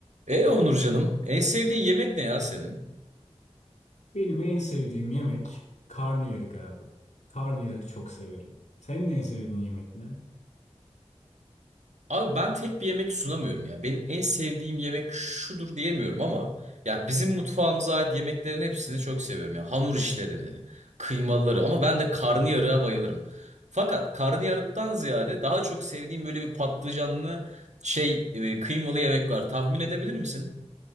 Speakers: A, on the right; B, on the left.
A: E Onur canım, en sevdiğin yemek ne ya senin?
B: Benim en sevdiğim yemek karnıyarık abi. Karnıyarık çok severim. Senin en sevdiğin yemek ne?
A: Abi ben tek bir yemek sunamıyorum ya. Benim en sevdiğim yemek şudur diyemiyorum ama ya bizim mutfağımıza ait yemeklerin hepsini çok seviyorum ya. Hamur işlerini, kıymaları ama ben de karnıyarığa bayılırım. Fakat karnıyarıktan ziyade daha çok sevdiğim böyle bir patlıcanlı şey e, kıymalı yemek var. Tahmin edebilir misin?